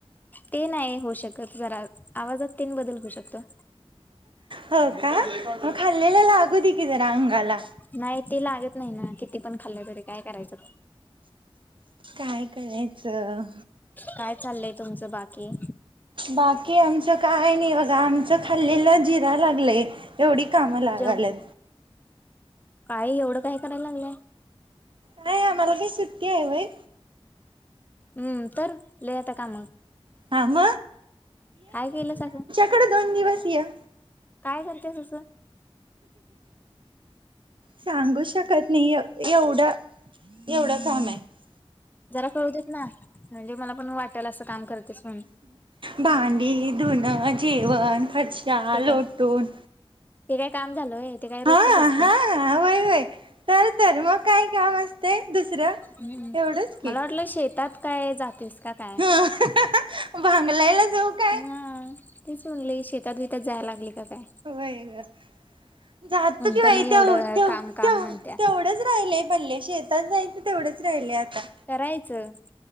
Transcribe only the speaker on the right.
हो का? म खाल्लेल लागू दे की जरा, अंगाला
काय, करायचं
बाकी, आमचं काय नय बघा. आमचं खाल्लेल जिराय लागलंय एवढी काम लागाल्यात.
काय आम्हाला काय, सुट्टी आहाय व्हय.
हा म
इकड, दोन दिवस या.
सांगू शकत नई एवढं एवढं काम आहे
भांडी, धुन, जेवण, कचरा
लोटून
हा
हा होय होय तर तर मग काय काम असते दुसरं
एवढंच
की
भांगलायला जाऊ काय
होय क जातो
की बाई
तेव
तेव
तेव
तेव
-तेवढंच राहिलय पल्ले शे तात जायच तेवढंच राहिलय आता.